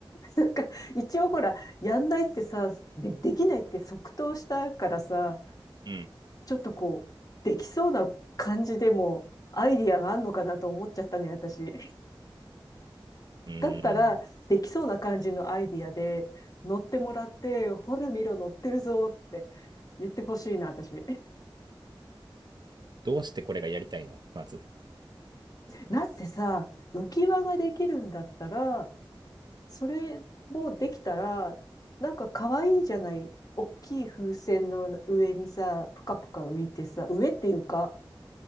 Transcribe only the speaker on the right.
うん。
うーん。
どうしてこれがやりたいのまず。